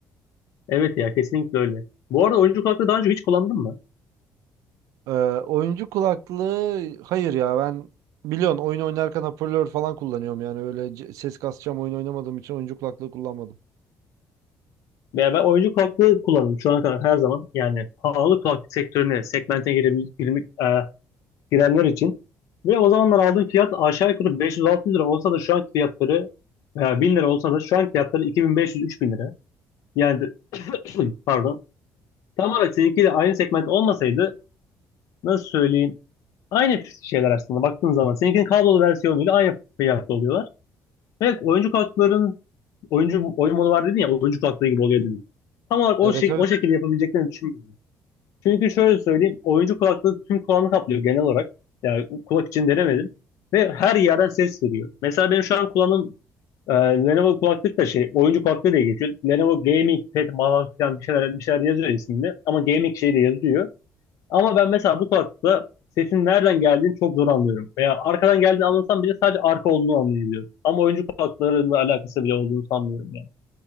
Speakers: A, on the left; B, on the right.
A: Evet ya kesinlikle öyle. Bu arada oyuncu kulaklığı daha önce hiç kullandın mı?
B: Ee, oyuncu kulaklığı hayır ya ben biliyorsun oyun oynarken hoparlör falan kullanıyorum yani öyle c- ses kasacağım oyun oynamadığım için oyuncu kulaklığı kullanmadım.
A: Veya ben oyuncu kulaklığı kullandım şu ana kadar her zaman. Yani pahalı kulaklık sektörüne, segmente girebil- girmek- e, girenler için. Ve o zamanlar aldığım fiyat aşağı yukarı 500-600 lira olsa da şu anki fiyatları veya 1000 lira olsa da şu anki fiyatları 2500-3000 lira. Yani <clears throat> pardon. Tamamen seninkiyle aynı segment olmasaydı nasıl söyleyeyim? Aynı şeyler aslında baktığın zaman. Seninkinin kablolu versiyonuyla aynı fiyatta oluyorlar. Evet, oyuncu kartların oyuncu oyun modu var dedin ya oyuncu kartları gibi oluyor dedim Tam olarak o,
B: Evet
A: şey,
B: evet.
A: o şekilde yapabileceklerini düşünmüyorum. Çünkü şöyle söyleyeyim oyuncu kulaklığı tüm kulağını kaplıyor genel olarak. Yani kulak için denemedim. Ve her yerden ses veriyor. Mesela benim şu an kulağım e, Lenovo kulaklık da şey oyuncu kulaklığı diye geçiyor. Lenovo Gaming Pad falan filan bir şeyler, bir şeyler yazıyor isminde. Ama gaming şey de yazıyor. Ama ben mesela bu kulaklıkla sesin nereden geldiğini çok zor anlıyorum. Veya arkadan geldiğini anlasam bile sadece arka olduğunu anlayabiliyorum. Ama oyuncu kulaklıklarında alakası bile olduğunu sanmıyorum yani.